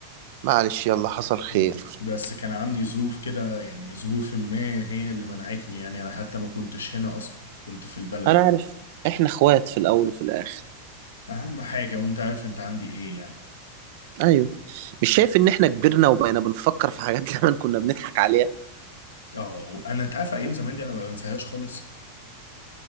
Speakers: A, on the right; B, on the left.
A: معلش يلا حصل خير
B: مم. بس كان عندي ظروف كده يعني ظروف ما هي اللي منعتني يعني انا حتى ما كنتش هنا اصلا كنت في البلد
A: انا عارف احنا اخوات في الاول وفي الاخر
B: اهم حاجة وانت عارف انت عندي ايه يعني
A: ايوه مش شايف ان احنا كبرنا وبقينا بنفكر في حاجات <laughs> زمان كنا بنضحك عليها
B: اه انا انت عارف ايام زمان دي انا ما بنساهاش خالص